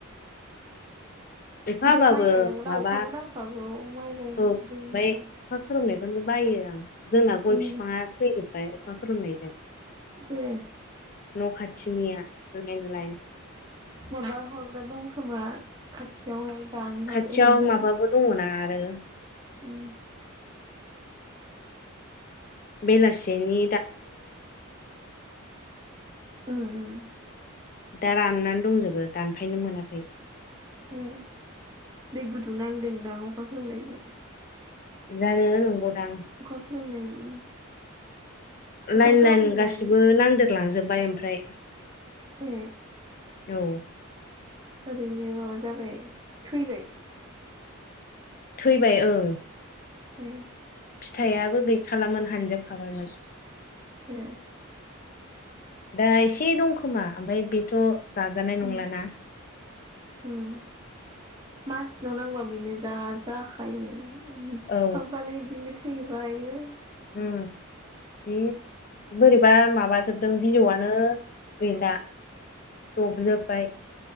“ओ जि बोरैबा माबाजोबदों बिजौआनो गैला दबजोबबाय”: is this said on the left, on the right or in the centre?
Left